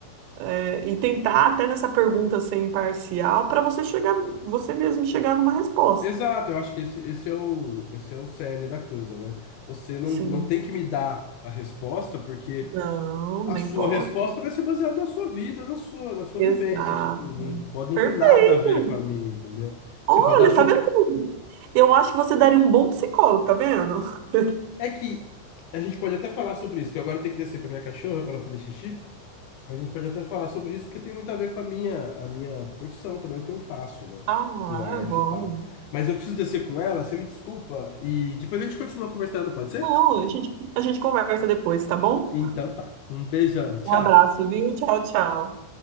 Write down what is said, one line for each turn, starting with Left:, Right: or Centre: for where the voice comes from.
Right: é, e tentar até nessa pergunta ser imparcial pra você chegar, você mesmo chegar numa resposta.
Left: Exato, eu acho que esse, esse é o, esse é o cerne da coisa, né? Você não,
Right: Assim,
Left: não tem que me dar a resposta, porque
Right: não,
Left: a
Right: nem
Left: sua
Right: posso.
Left: resposta vai ser baseada na sua vida, na sua, na sua
Right: Exato.
Left: vivência. Tipo, não, pode não
Right: Perfeito.
Left: ter nada a ver com a minha, entendeu?
Right: Olha,
Left: Você pode dar a sua.
Right: tá vendo como. Eu acho que você daria um bom psicólogo, tá vendo? <laughs>
Left: É que a gente pode até falar sobre isso, que agora eu tenho que descer com a minha cachorra para ela fazer xixi. Mas a gente pode até falar sobre isso, porque tem muito a ver com a minha, a minha profissão também, o que eu faço, né?
Right: Ah,
Left: Com arte
Right: é bom
Left: e tal. Mas eu preciso descer com ela, você me desculpa. E depois a gente continua conversando, pode ser?
Right: Não, a gente, a gente conversa depois, tá bom?
Left: Então tá. Um beijão, tchau.
Right: Um abraço, viu? Tchau, tchau.